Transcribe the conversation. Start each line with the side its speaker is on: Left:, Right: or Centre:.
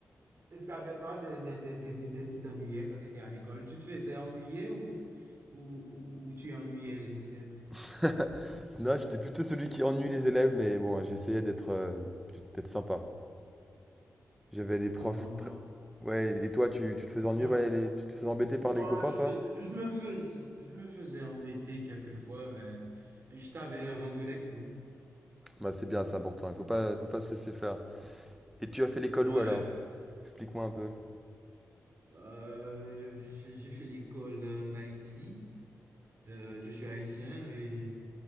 Right: Et T'avais pas des, des, des, des élèves qui t'ennuyaient quand tu étais à l'école? Tu te faisais ennuyer ou, ou, ou, ou- ou tu ennuyais les élèves?
Centre: <laughs> Non, j'étais plutôt celui qui ennuie les élèves, mais bon, j'essayais d'être euh, d'être sympa. J'avais des profs
Right: Ah, moi, moi,
Centre: très... Ouais, et toi, tu, tu te faisais ennuyer
Right: moi,
Centre: par les... Tu te faisais embêter
Right: moi,
Centre: par les copains,
Right: je
Centre: toi?
Right: faisais, je me faisais, je me faisais embêter quelquefois, mais je savais rendre les coups.
Centre: Bah, c'est bien, c'est important. Il faut pas, faut pas se laisser faire. Et tu as fait l'école
Right: Ouais.
Centre: où alors? Explique-moi un peu.
Right: Euh, j'ai j'ai fait l'école en Haïti. Euh, je suis haïtien et